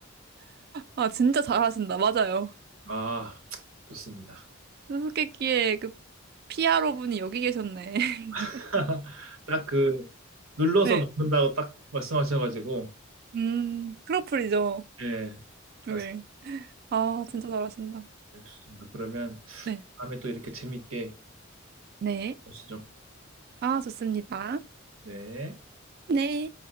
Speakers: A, on the right; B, on the right.
A: 아, 진짜 잘하신다. 맞아요.
B: 아, 좋습니다.
A: 수수께끼의 그 피아로 분이 여기 계셨네. <laughs>
B: <laughs> 딱 그, 눌러서
A: 네.
B: 먹는다고 딱 말씀하셔가지고,
A: 음, 크로플이죠.
B: 예,
A: 네.
B: 맞습니다.
A: 아, 진짜 잘하신다.
B: 예, 좋습니다. 그러면
A: 네.
B: 다음에 또 이렇게 재밌게
A: 네.
B: 보시죠.
A: 아, 좋습니다.
B: 네.
A: 네.